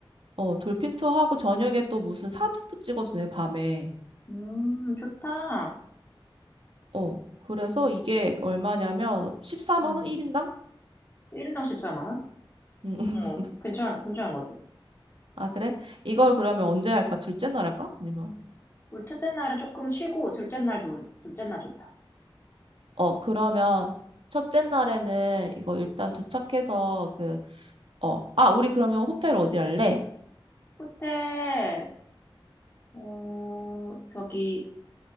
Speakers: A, on the right; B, on the left.
A: 어 돌핀 투어하고 저녁에 또 무슨 사진도 찍어주네 밤에.
B: 음, 좋다.
A: 어, 그래서 이게 얼마냐면 14만
B: 음.
A: 원 1인당?
B: 1인당 14만 원?
A: 음,
B: 어,
A: <laughs>
B: 괜찮아, 괜찮은 것 같아.
A: 아, 그래? 이걸 그러면 언제 할까? 둘째 날 할까? 아니면?
B: 우리 첫째 날은 조금 쉬고, 둘째 날 좋은, 둘째 날 좋다.
A: 어, 그러면 첫째 날에는 이거 일단 도착해서 그, 어, 아, 우리 그러면 호텔 어디 할래?
B: 호텔, 어, 저기,